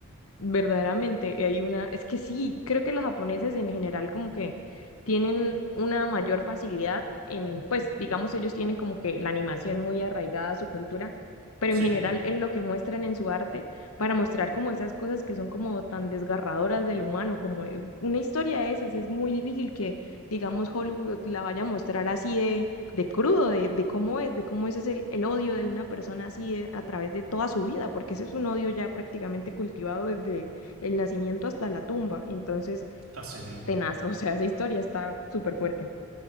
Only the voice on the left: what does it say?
verdaderamente hay una, es que sí, creo que los japoneses en general como que tienen una mayor facilidad en, pues digamos ellos tienen como que la animación muy arraigada a su cultura, pero
en general en lo que muestran en su arte para mostrar como esas cosas que son como tan desgarradoras del humano, como eh, una historia de esas, es muy difícil que digamos Hollywood la vaya a mostrar así de de crudo, de, de cómo es, de cómo ese es el, el odio de una persona así de- a través de toda su vida, porque ese es un odio ya prácticamente cultivado desde el nacimiento hasta la tumba. Entonces,
tenaz, <laughs> o sea, esa historia está súper fuerte.